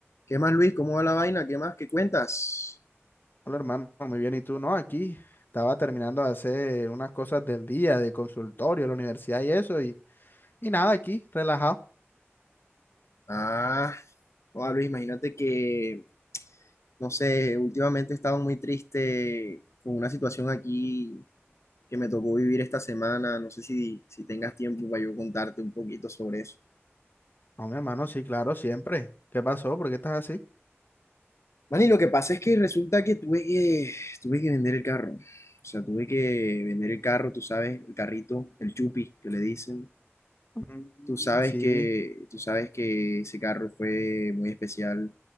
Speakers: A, on the left; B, on the left.
A: ¿Qué más, Luis? ¿Cómo va la vaina? ¿Qué más? ¿Qué cuentas?
B: Hola hermano, muy bien. ¿Y tú? No, aquí estaba terminando de hacer unas cosas del día, de consultorio, la universidad y eso, y, y nada, aquí, relajado.
A: Ah, hola, Luis, imagínate que, no sé, últimamente he estado muy triste con una situación aquí que me tocó vivir esta semana. No sé si, si tengas tiempo para yo contarte un poquito sobre eso.
B: No, mi hermano, sí, claro, siempre. ¿Qué pasó? ¿Por qué estás así?
A: Man, y lo que pasa es que resulta que tuve que, tuve que vender el carro. O sea, tuve que vender el carro, tú sabes, el carrito, el chupi, que le dicen.
B: Mm,
A: Tú sabes
B: sí,
A: que, tú sabes que ese carro fue muy especial,